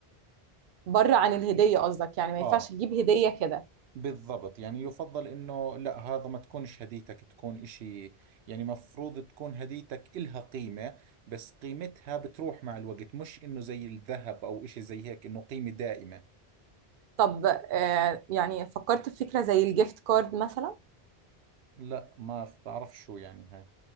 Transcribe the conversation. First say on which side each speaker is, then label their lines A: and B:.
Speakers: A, on the right (about 60°); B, on the right (about 80°).
A: بره عن الهدية قصدك يعني ما
B: اه
A: ينفعش تجيب هدية كده
B: بالضبط يعني يفضل انه لا هذا ما تكونش هديتك تكون اشي يعني مفروض تكون هديتك إلها قيمة بس قيمتها بتروح مع الوقت مش انه زي الذهب او اشي زي هيك انه قيمة دائمة
A: طب آه يعني فكرت في فكرة زي الجيفت كارد مثلا
B: لا ما بعرف شو يعني هاي